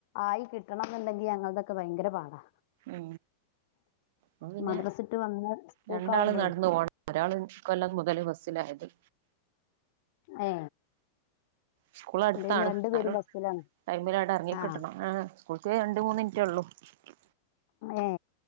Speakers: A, on the left; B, on the right.
A: ആയി കിട്ടണം എന്നുണ്ടെങ്കിൽ ഞങ്ങളതൊക്കെ ഭയങ്കര പാടാ
B: ഓ അ പിന്നെ
A: മദ്രസിട്ട് വന്ന് സ്കൂൾക്കാവുമ്പളേ
B: രണ്ടാള് നടന്നു പോണം ഒരാൾ കൊല്ല മുതല് ബ ഹത്
A: ഏ
B: സ്കൂൾ അടുത്താണ്
A: അന്റെ പിന്നെ രണ്ടു
B: എന്നാലും
A: പേരും ബസ്സിലാണ്
B: ടൈമിലായിട്ട് ഇറങ്ങി
A: ആ
B: കിട്ടണം ആഏ് സ്കൂള രണ്ട മൂന്ന് മിനിറ്റേ ഉള്ളൂ ഓക്കെ
A: ഏ